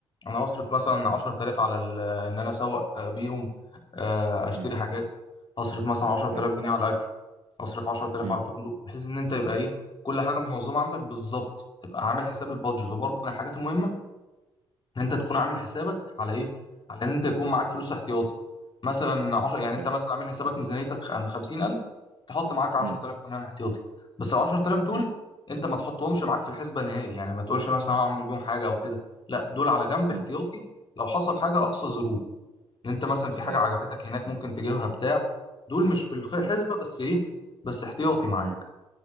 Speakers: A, on the left; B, on the right.
A: أنا هصرف مثلا عشرة آلاف على ال- إن أنا أسوق آه، بيهم آه، أشتري
B: امم
A: حاجات هصرف مثلا عشرة
B: اي
A: آلاف جنيه على أكل اصرف 10000
B: امم
A: على الفندق بحيث ان انت يبقى ايه كل حاجه منظمه عندك بالظبط تبقى عامل حساب البادجت
B: مم.
A: وبرضه من الحاجات المهمه ان انت تكون عامل حسابك على ايه على ان انت يكون معاك فلوس احتياطي مثلا 10 يعني انت
B: ايوه
A: مثلا عامل حسابك ميزانيتك خم- 50000 تحط معاك 10000
B: امم
A: كمان احتياطي بس ال 10000 دول
B: امم
A: انت ما تحطهمش معاك في الحسبه نهائي يعني ما تقولش مثلا هعمل بيهم حاجه او كده لا دول على جنب احتياطي
B: امم
A: لو حصل حاجه اقصى ظروف ان انت مثلا في حاجه
B: ايوه
A: عجبتك هناك ممكن تجيبها بتاع دول مش في الخ- الحسبه
B: امم
A: بس ايه بس احتياطي معاك
B: امم